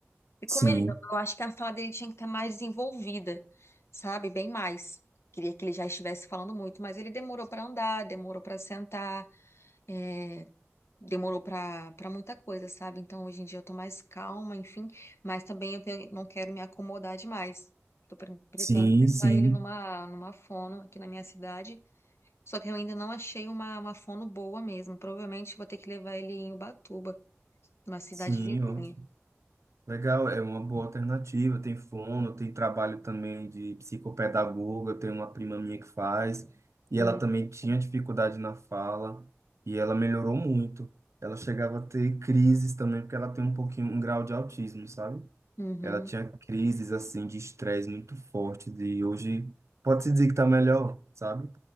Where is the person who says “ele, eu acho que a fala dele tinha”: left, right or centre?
Left